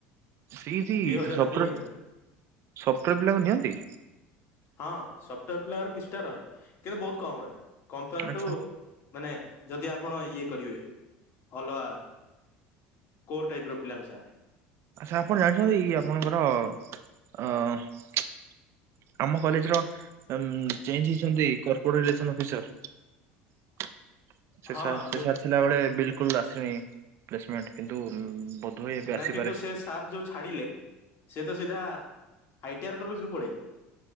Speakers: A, on the right; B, on the left.
A: ସେଇଟି
B: ଦି ହଜାର
A: ସଫ୍ଟାର
B: ନା ତିନି ହଜାର
A: ସଫ୍ଟାର ପିଲାକୁ ନିଅନ୍ତି?
B: ହଁ ସଫ୍ଟାର ପିଲାଙ୍କର କିଛି ଟା ରହେ କିନ୍ତୁ ବହୁତ କମ ରହେ। କମ୍ପେୟାର
A: ଆଚ୍ଛା
B: ଟୁ ମାନେ ଯଦି ଆପଣ ଇଏ କରିବେ। ଅଲଗା କୋର୍ ଟାଇପ ର ପିଲା ଙ୍କ ସାଙ୍ଗରେ।
A: ଆଛା ଆପଣ ଜାଣିଛନ୍ତି ଇ ଆପଣଙ୍କର ଅ ଆମ କଲେଜ ର ଚେଞ୍ଜ ହେଇଛନ୍ତି କର୍ପୋଟରିଲେସନ ଅଫିସର। <unintelligible> ସେ
B: ହଁ
A: ସାର୍ ସେ
B: ଯୋଉ
A: ସାର୍ ଥିଲା ବଳେ ବିଲକୁଲ ଆସିନି ପ୍ଲେସମେଣ୍ଟ କିନ୍ତୁ ବୋଧହୁଏ ଏବେ
B: ନା
A: ଆସିପାରେ
B: କିନ୍ତୁ ସେ ସାର୍ ଯୋଉ ଛାଡିଲେ ସେ ତ ସିଧା ଆଇଟିଆର କଲେଜକୁ ପଳେଇଲେ